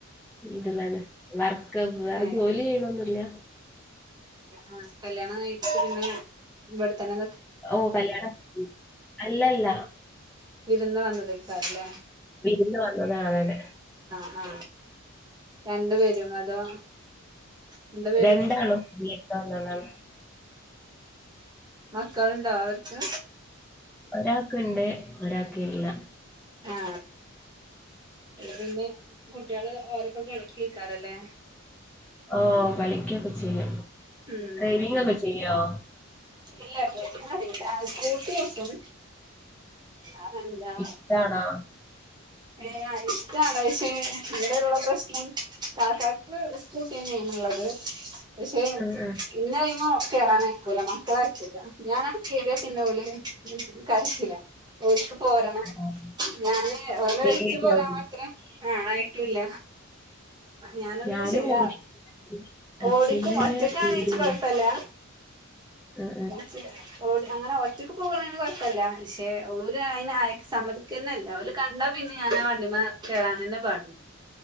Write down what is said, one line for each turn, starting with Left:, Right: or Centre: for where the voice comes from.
Centre: വീട്ടിലാണ് വർ ക്ക് വേറെ
Right: ഏഹ്
Centre: ജോലി ചെയ്യണൊന്നുമില്ല
Right: ആഹ് കല്യാണം കഴിച്ചു പിന്നെ ഇവിടെത്തന്നെ
Centre: ഓ കല്യാണം അല്ലല്ല
Right: വിരുന്ന് വന്ന്നിക്കാറല്ലേ
Centre: പിന്ന വന്നതാ അവര്
Right: ആ രണ്ട് പേരും അതോ രണ്ടു പേരും
Centre: രണ്ടാളും വിരുന്നു വന്നതാണ്
Right: മക്കൾ ഉണ്ടോ അവർക്ക്
Centre: ഒരാൾക്കുണ്ട് ഒരാൾക്ക് ഇല്ല
Right: ആ പിന്നെ കുട്ടികള് ഓര അപ്പം കളിക്ക് നിൽക്കാറല്ലേ
Centre: ഓ കളിക്കയൊക്കെ ചെയ്യും
Right: ഉം
Centre: ഡ്രൈവിങ് ഒക്കെ ചെയ്യുവോ
Right: ഇല്ല ശരിയാകത്തില്ല സ്കൂട്ടി ഓടിക്കും അതെന്താ
Centre: ഇഷ്ടാണോ
Right: ഏ ഇഷ്ടമാട പക്ഷേ ഇവിടെയുള്ള പ്രശ്നം കാക്കാക്ക് സ്കൂട്ടി തന്നെയാ ണുള്ളത് പക്ഷെ
Centre: ആഹ്
Right: ഇന്ന <unintelligible> കേയറാനായിക്കൂലോ മക്കളായിട്ടില്ല ഞാന് കേറിയാ പിന്നെ ഓല് കേറത്തില്ല ഓര്ക്ക് പോരണം
Centre: ആഹ്
Right: ഞാന് ഓരെ
Centre: പേടിയാവൂലെ
Right: വെച്ചു പോകാൻ മാത്രം ആ ആയിട്ടുമില്ല ഞാനൊന്ന്
Centre: ഞാനും
Right: ശരി
Centre: ഓടിക്കും ഹസ്ബന്റിന്
Right: ഓടിക്കും ഒറ്റക്ക്
Centre: പേടിയാണ്
Right: ആണേവെച്ച് കൊഴപ്പമില്ല
Centre: ആഹ് ആഹ്
Right: മുറിച്ചിടാം ഓടി അങ്ങനെ ഒറ്റക്ക് പോകുവാണെല് കൊഴപ്പംഇല്ല പക്ഷെ ഓര് അയിന് അക്സ ‌ സമ്മതിക്കുന്നില്ല ഓര് കണ്ടാ പിന്നെ ഞാന് ആ വണ്ടിമ്മേ കേറാതന് പാട്